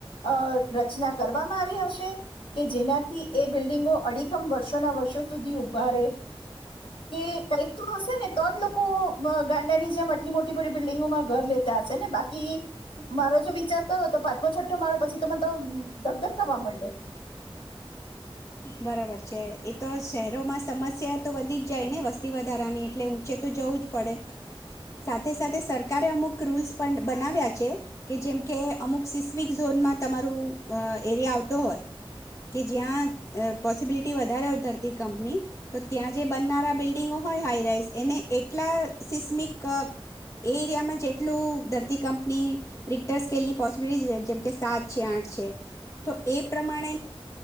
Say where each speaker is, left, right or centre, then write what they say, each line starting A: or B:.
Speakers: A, on the left; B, on the left.
A: અ રચના કરવામાં આવી હશે કે જેનાથી એ બિલ્ડિંગો અડીખમ વર્ષોના વર્ષો સુધી ઉઊભા રહે કે. કંઈક તો હશે ને તો જ લોકો ગાંડાની જેમ આટલી મોટી મોટી બિલ્ડીિંગોમાં ઘર લેતા હશે ને બાકી મારો જો વિચાર કરો તો પાંચમો છઠ્ઠો માળો પછી તને તો ધક ધક થવા માંડે.
B: બરાબર છે એ તો શહેરોમાં સમસ્યા તો વધી જ જાય ને વસ્તી વધારાની એટલે ઊંચે તો જવું જ પડે સાથે સાથે સરકારે અમુક રૂલ્સ પણ બનાવ્યા છે કે જેમકે અમુક સિસ્મિક ઝોનમાં તમારું એરિયા આવતો હોય. કે જ્યાં પોસિબિલિટી વધારે હોય ધરતી કંપની તો ત્યાં જે બનનારા બિલ્ડિંગો હોય હાઈરાઈસ એને એટલા સિસમિક એ એરિયામાં જેટલું ધરતી કંપની રિક્ટર સ્કેલની પોસિબિલિટી જેમકે સાત છે આઠ છે તો એ પ્રમાણે.